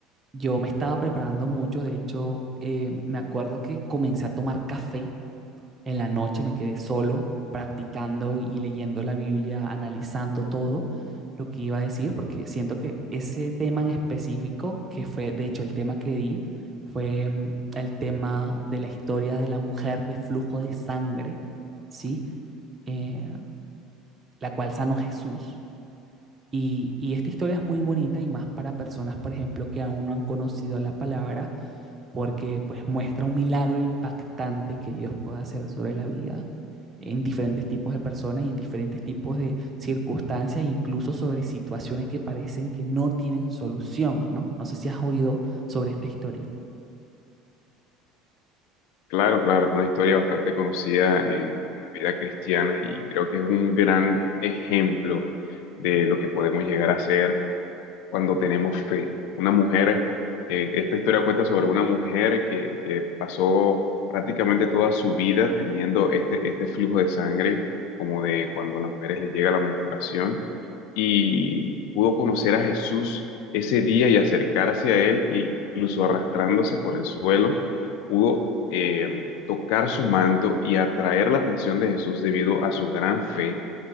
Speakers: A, on the right (about 25°); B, on the left (about 70°).
A: yo me estaba preparando mucho, de hecho, eh, me acuerdo que comencé a tomar café en la noche me quedé solo practicando y leyendo la Biblia, analizando todo lo que iba a decir, porque siento que ese tema en específico, que fue de hecho el tema que di, fue mm, el tema de la historia de la mujer de flujo de sangre, ¿sí? Eh, la cual sanó Jesús. Y, y esta historia es muy bonita y más para personas, por ejemplo, que aún no han conocido la palabra porque pues muestra un milagro impactante que Dios puede hacer sobre la vida en diferentes tipos de personas y en diferentes tipos de circunstancias, incluso sobre situaciones que parecen que no tienen solución, ¿no? No sé si has oído sobre esta historia.
B: Claro, claro, es una historia bastante conocida en, en la vida cristiana y creo que es un gran ejemplo de lo que podemos llegar a hacer cuando tenemos fe. Una mujer, eh, esta historia cuenta sobre una mujer que, que pasó prácticamente toda su vida teniendo este, este flujo de sangre, como de cuando a las mujeres les llega la menstruación, y pudo conocer a Jesús ese día y acercarse a él, e incluso arrastrándose por el suelo, pudo eh, tocar su manto y atraer la atención de Jesús debido a su gran fe